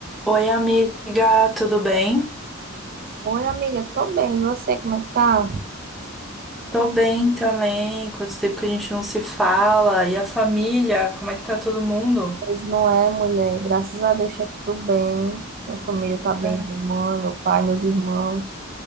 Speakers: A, in the centre; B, on the right.
A: Oi, amiga, tudo bem?
B: Oi, amiga, tô bem. E você, como é que tá?
A: Tô bem também. Quanto tempo que a gente não se fala? E a família? Como é que tá todo mundo?
B: Pois não é, mulher. Graças a Deus tá tudo bem. Minha família tá bem,
A: É.
B: minha mãe, meu pai, meus irmãos,